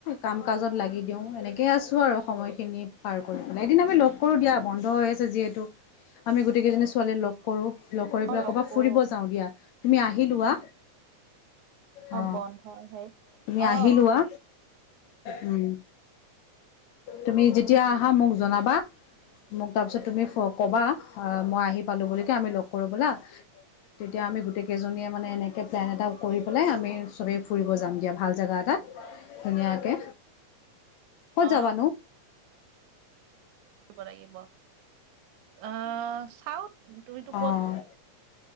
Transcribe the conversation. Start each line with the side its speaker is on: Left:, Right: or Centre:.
Left: কাম কাজত লাগি দিও এনেকেই আছো আৰু। সময়খিনি পাৰ কৰি পেলাই এদিন আমি লগ কৰো দিয়া বন্ধ হৈ আছে যিহেতু। আমি গোটেইকেইজনী ছোৱালীয়ে লগ। কৰো লগ কৰি
Right: অ
Left: পেলাই কৰবাত
Right: কৰো
Left: ফুৰিব যাওঁ দিয়া তুমি আহিলোৱা অ
Right: বন্ধৰ হেৰিত
Left: তুমি
Right: অ
Left: আহিলোৱা। উম তুমি যেতিয়া আহা মোক জনাবা। মোক তাৰপিছত তুমি কবা মই আহি পালোঁ বুলি কে আমি লগ কৰো বোলা তেতিয়া আমি গোটেই কেইজনীয়ে মানে এনেকে প্লেন এটা কৰি পেলাই আমি চবেই ফুৰিব যাম দিয়া ভাল জাগা এটাত। ধুনীয়াকে, ক'ত
Right: অ
Left: যাবানো?
Right: লব লাগিব অ চাও তুমিতো ক'ত
Left: অ',